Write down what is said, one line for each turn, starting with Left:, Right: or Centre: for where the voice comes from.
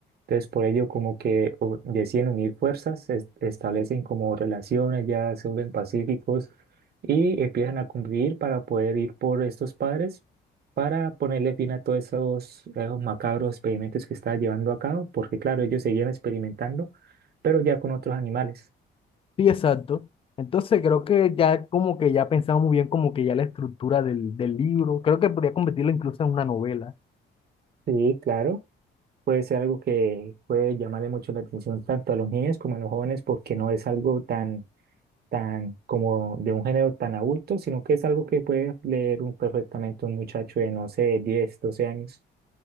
Right: Entonces, por ello, como que o- deciden unir fuerzas, es- establecen como relaciones, ya se vuelven pacíficos y empiezan a convivir para poder ir por estos padres para ponerle fin a todos esos, esos macabros experimentos que estaba llevando a cabo, porque claro, ellos seguían experimentando, pero ya con otros animales.
Left: Sí, exacto. Entonces creo que ya como que ya pensamos muy bien como que ya la estructura del, del libro, creo que podría convertirlo incluso en una novela.
Right: Sí, claro, puede ser algo que puede llamarle mucho la atención tanto a los niños como a los jóvenes, porque no es algo tan, tan como de un género tan adulto, sino que es algo que puede leer un, perfectamente un muchacho de, no sé, 10 12 años.